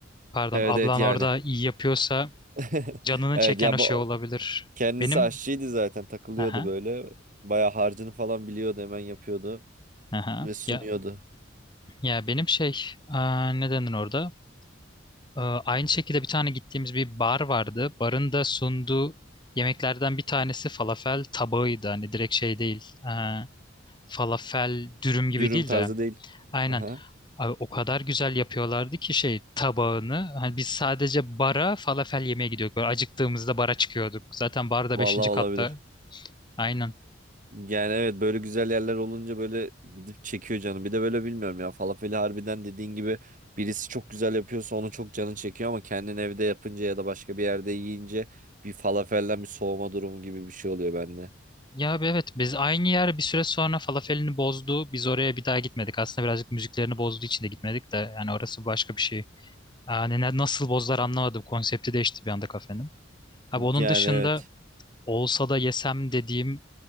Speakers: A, on the left; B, on the right.
A: Pardon,
B: Evet
A: ablan
B: evet yani.
A: orada iyi yapıyorsa
B: <laughs>
A: canını
B: Evet
A: çeken
B: ya
A: o şey
B: bu
A: olabilir.
B: kendisi
A: Benim
B: aşçıydı zaten takılıyordu
A: aha,
B: böyle. Bayağı harcını falan biliyordu hemen yapıyordu
A: aha.
B: ve sunuyordu.
A: Ya ya benim şey aa, ne denir orada? Aa, aynı şekilde bir tane gittiğimiz bir bar vardı. Barın da sunduğu yemeklerden bir tanesi falafel tabağıydı. Hani direkt şey değil. aa, falafel dürüm gibi
B: Dürüm
A: değil
B: tarzı
A: de
B: değil.
A: Aynen.
B: Aha.
A: Abi o kadar güzel yapıyorlardı ki şey tabağını. Hani biz sadece bara falafel yemeye gidiyorduk. Böyle acıktığımızda bara çıkıyorduk. Zaten bar da
B: Vallahi
A: beşinci
B: olabilir.
A: katta. Aynen.
B: Yani evet böyle güzel yerler olunca böyle gidip çekiyor canım. Bir de böyle bilmiyorum ya falafeli harbiden dediğin gibi birisi çok güzel yapıyorsa onu çok canın çekiyor ama kendin evde yapınca ya da başka bir yerde yiyince bir falafelden bir soğuma durumu gibi bir şey oluyor bende.
A: Ya abi evet biz aynı yer bir süre sonra falafelini bozdu. Biz oraya bir daha gitmedik. Aslında birazcık müziklerini bozduğu için de gitmedik de. Yani orası başka bir şey. Yani ne- nasıl bozdular anlamadım. Konsepti değişti bir anda kafenin. Abi onun
B: Yani
A: dışında
B: evet.
A: olsa da yesem dediğim